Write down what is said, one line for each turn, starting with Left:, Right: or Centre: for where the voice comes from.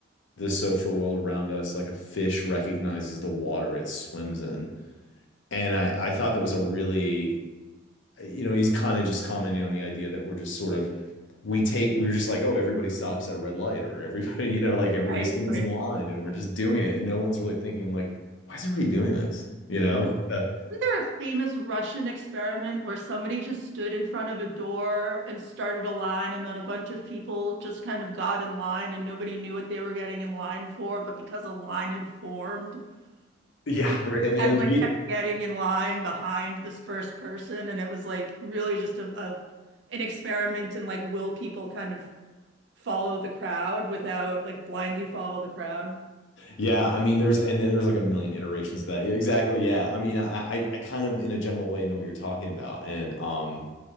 Left: the social world around us like a fish recognizes the water it swims in. And I, I thought that was a really you know, he's kind of just commenting on the idea that we're just sort of we take we're just like, oh, everybody stops at a red light or everybody, <laughs> you know, like everybody
Right: Right,
Left: stands
Right: right.
Left: in line and we're just doing it and no one's really thinking like, why is everybody doing this? You know?
Right: Well,
Left: Uh,
Right: Isn't there a famous Russian experiment where somebody just stood in front of a door and started a line, and then a bunch of people just kind of got in line and nobody knew what they were getting in line for? But because a line had formed,
Left: yeah,
Right: people
Left: there and
Right: just
Left: and
Right: kind of like
Left: ye-
Right: kept getting in line behind this first person. And it was like really just a, a an experiment in like, will people kind of follow the crowd without like blindly follow the crowd?
Left: yeah, I mean, there's and then there's like a million iterations of that. Yeah, exactly. Yeah, I mean, I I, I kind of in a general way know what you're talking about, and um,